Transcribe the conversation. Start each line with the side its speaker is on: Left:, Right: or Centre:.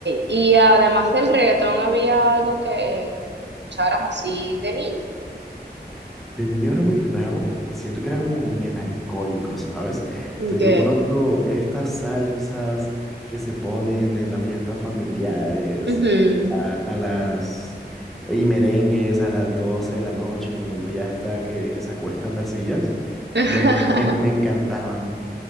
Right: y además del reggaetón había algo que escucharas así de niño.
Centre: De niño era muy raro, siento que era como melancólico, ¿sabes?
Right: Ok.
Centre: Entonces de pronto estas salsas que se ponen en las fiestas familiares,
Right: Ujú.
Centre: a, a las... y merengues a las 12 de la noche, cuando uno ya está, que, que se acuestan las sillas,
Right: <laughs>
Centre: bueno, me, me encantaban.